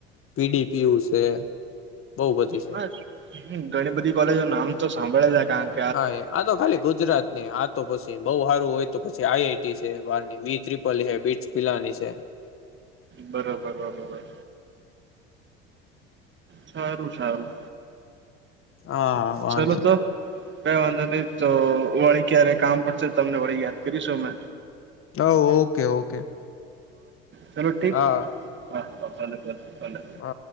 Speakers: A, on the left; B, on the right.
A: પીડીપીયુ છે બહુ બધી છે
B: હા હ ઘણી બધી કોલેજો નામ તો સાંભળે છે કણ
A: હા એમ આ તો ખાલી ગુજરાત ની હા તો પછી બહ સારું હોય તો પછી આઈ આઈટી છે બાર વી ત્રિપલ છે બીટસ પિલાની છે
B: બરોબર બરોબર સારું સારું
A: હા વાંધો
B: ચલો તો કઈ વાંધો નહી તો વળી ક્યારે કામ પડશે તમને વળી યાદ કરીશું અમે
A: હા ઓકે ઓકે
B: ચાલલો ઠીક
A: હા
B: હા હા ભલે ભલે ભલે
A: હા